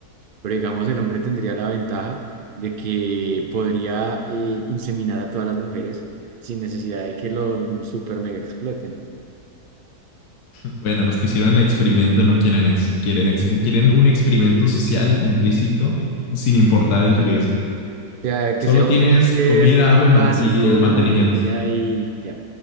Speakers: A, on the right; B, on the left.
A: Pero digamos, el hombre tendría la ventaja de que podría eh, inseminar a todas las mujeres sin necesidad de que lo mm, super mega exploten. O
B: Bueno, los que hicieron el experimento no quieren eso. Quieren, ex- quieren un experimento social implícito y sin importar el riesgo.
A: sea,
B: Solo
A: que sea un
B: tienes
A: búnker
B: comida,
A: muy
B: agua y,
A: básico
B: man- y el mantenimiento.
A: con comida y ya.